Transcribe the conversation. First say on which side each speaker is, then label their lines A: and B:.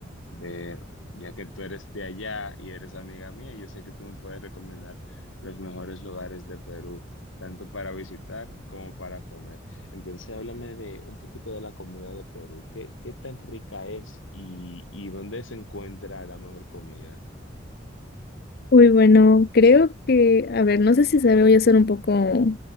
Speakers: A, on the left; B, on the left.
A: ver, ya que tú eres de allá y eres amiga mía, yo sé que tú me puedes recomendar los mejores lugares de Perú, tanto para visitar como para comer. Entonces, háblame de un poquito de la comida de Perú. ¿Qué, qué tan rica es y, y dónde se encuentra la mejor comida?
B: Uy, bueno, creo que, a ver, no sé si sabe, voy a ser un poco,